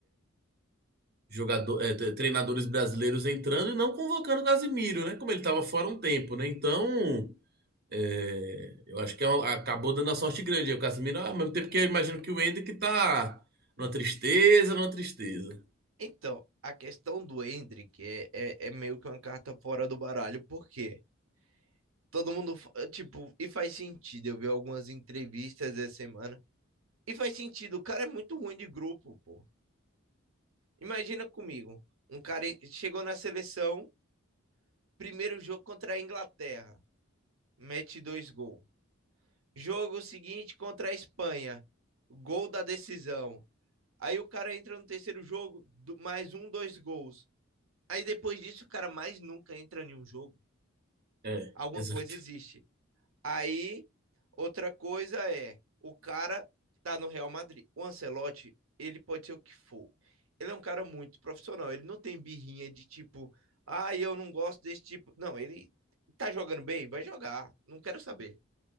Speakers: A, on the right; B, on the right.
A: jogador, é, tre- treinadores brasileiros entrando e não convocando o Casimiro, né? Como ele estava fora um tempo, né? Então, é, eu acho que é um- acabou dando a sorte grande aí o Casimiro, ah, ao mesmo tempo que eu imagino que o Hendrick tá numa tristeza, numa tristeza.
B: Então, a questão do Hendrick é, é, é meio que uma carta fora do baralho, por quê? Todo mundo, fa- tipo, e faz sentido. Eu vi algumas entrevistas essa semana. E faz sentido, o cara é muito ruim de grupo, pô. Imagina comigo, um cara chegou na seleção, Primeiro jogo contra a Inglaterra, mete dois gols. Jogo seguinte contra a Espanha, gol da decisão. Aí o cara entra no terceiro jogo, mais um, dois gols. Aí depois disso, o cara mais nunca entra em um jogo.
A: É,
B: Alguma
A: exato.
B: coisa existe. Aí, outra coisa é, o cara tá no Real Madrid. O Ancelotti, ele pode ser o que for. Ele é um cara muito profissional. Ele não tem birrinha de tipo, ah, eu não gosto desse tipo. Não, ele tá jogando bem? Vai jogar. Não quero saber.